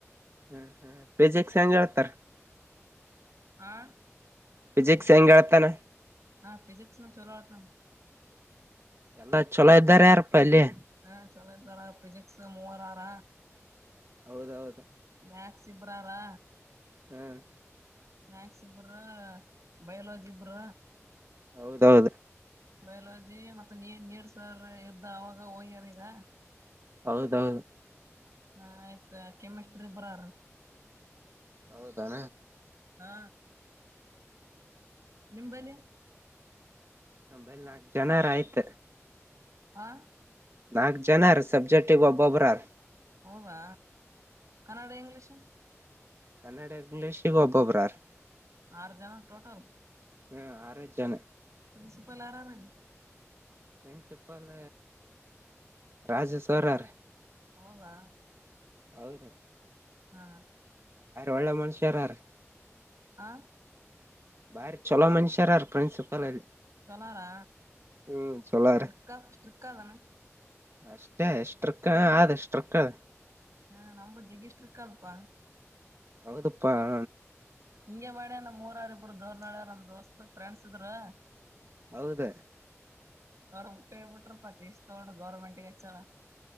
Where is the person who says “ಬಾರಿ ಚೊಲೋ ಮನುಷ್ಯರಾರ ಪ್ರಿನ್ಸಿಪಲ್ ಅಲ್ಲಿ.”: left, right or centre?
Right